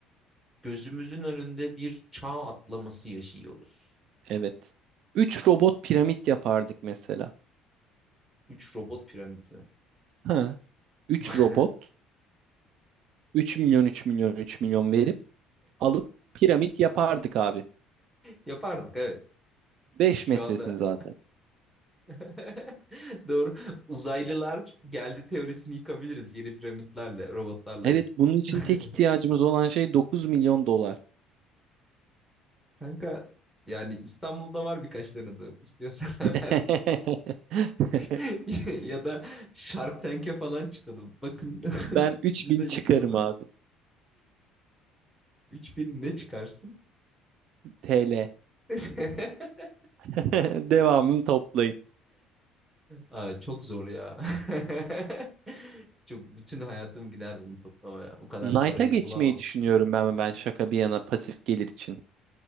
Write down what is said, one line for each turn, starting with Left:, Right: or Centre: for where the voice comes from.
Centre: gözümüzün önünde bir çağ atlaması yaşıyoruz.
Right: Evet. 3 robot piramit yapardık mesela.
Centre: üç robot piramidi mi?
Right: Ha, Üç
Centre: <laughs>
Right: robot 3 milyon 3 milyon 3 milyon verip alıp piramit yapardık abi.
Centre: Yapardık evet.
Right: 5
Centre: Şu
Right: metresini
Centre: anda
Right: zaten.
Centre: <laughs> doğru uzaylılar geldi teorisini yıkabiliriz yeni piramitlerle robotlarla
Right: Evet
Centre: yapıp.
Right: bunun için
Centre: <laughs>
Right: tek ihtiyacımız olan şey dokuz milyon dolar.
Centre: Kanka yani İstanbul'da var birkaç tanıdığım. İstiyorsan <laughs> hemen
Right: <laughs>
Centre: <laughs> ya da Shark Tank'e falan çıkalım. Bakın
Right: Ben
Centre: <laughs>
Right: üç
Centre: bize
Right: bin
Centre: yatırımı
Right: çıkarım abi.
Centre: 3000 ne çıkarsın?
Right: TL.
Centre: <laughs>
Right: <laughs> Devamını toplayın.
Centre: Aa, çok zor ya. <laughs> Çok bütün hayatım gider bunu toplamaya. O kadar
Right: Knight'a
Centre: parayı
Right: geçmeyi
Centre: bulamam.
Right: düşünüyorum ben ben şaka bir yana pasif gelir için.